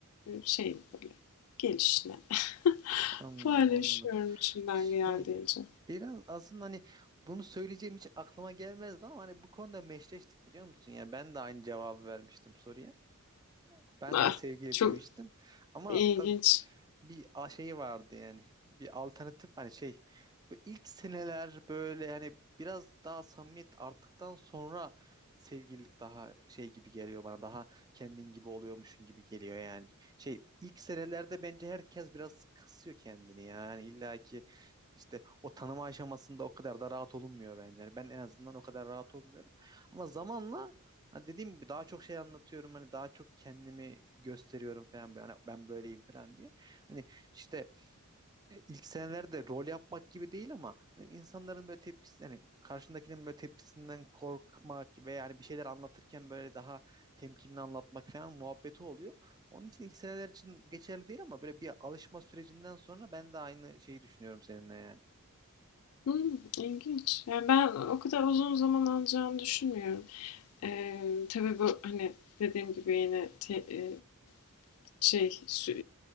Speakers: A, on the left (about 75°); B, on the right (about 20°).
A: şey böyle gelişine <laughs>
B: anladım
A: paylaşıyorum
B: anladım.
A: içimden
B: Şey
A: geldiğince.
B: biraz aslında hani bunu söyleyeceğim hiç aklıma gelmezdi ama hani bu konuda meşleştik biliyor musun? Yani ben de aynı cevabı vermiştim soruya. Ben
A: Ah,
B: de sevgili
A: çok
B: demiştim. Ama
A: ilginç.
B: tabii bir a- şeyi vardı yani. Bir alternatif hani şey bu ilk seneler böyle yani biraz daha samimiyet arttıktan sonra sevgililik daha şey gibi geliyor bana. Daha kendin gibi oluyormuşsun gibi geliyor yani. Şey ilk senelerde bence herkes biraz kısıyor kendini ya. yani illa ki işte o tanıma aşamasında o kadar da rahat olunmuyor bence. Yani ben en azından o kadar rahat olmuyorum. Ama zamanla hani dediğim gibi daha çok şey anlatıyorum. Hani daha çok kendimi gösteriyorum falan. böyle. Hani ben böyleyim falan diye. Hani işte e, ilk senelerde rol yapmak gibi değil ama hani insanların böyle tepkisi hani karşındakinin böyle tepkisinden korkmak ve yani bir şeyler anlatırken böyle daha temkinli anlatmak falan muhabbeti oluyor. Onun için ilk seneler için geçerli değil ama böyle bir alışma sürecinden sonra ben de aynı şeyi düşünüyorum seninle yani.
A: Hmm, ilginç. Yani ben o kadar uzun zaman alacağını düşünmüyorum. Eee, tabii bu, hani, dediğim gibi yine te eee, şey, sü